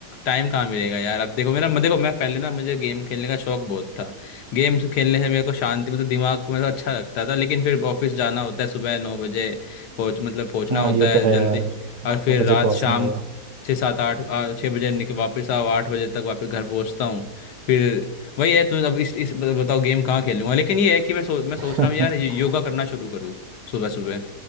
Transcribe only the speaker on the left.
टाइम कहाँ मिलेगा यार अब देखो मेरा मैं देखो मैं पहले ना मुझे गेम खेलने का शौक बहुत था गेम खेलने से मेरे को शांति मतलब दिमाग को मेरा अच्छा लगता था लेकिन फिर ऑफिस जाना होता है सुबह नौ बजे पहुंच मतलब पहुंचना
होता
है
जल्दी
और
फिर
रात
शाम
को छः सात आठ आ, छः बजे निकल वापस आओ आठ बजे तक वापस घर पहुंचता हूँ फिर वही है तो अब इस, इस बताओ गेम कहाँ खेलूंगा लेकिन ये है कि मैं सो, मैं सोच
रहा हूँ यार योगा करना शुरू करूँ सुबह सुबह